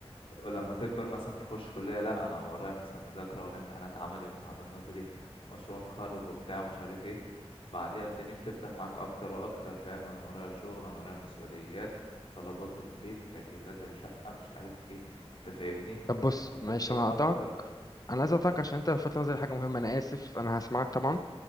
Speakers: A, on the left; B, on the left.
A: ولما تكبر مثلا تخش كلية لا انا ورايا مثلا مذاكرة ورايا امتحانات عملي وامتحانات نظري ومشروع تخرج وبتاع ومش عارف ايه بعديها الدنيا بتفتح معاك اكتر واكتر فاهم انا ورايا شغل انا ورايا مسؤوليات طلبات البيت تجهيزات الشقة مش عارف ايه انت فاهمني
B: طب بص معلش
A: تكبر
B: انا هقطعك
A: اكتر
B: انا عايز اقطعك عشان انت لفتت نظري حاجه مهمه انا اسف انا هسمعك طبعا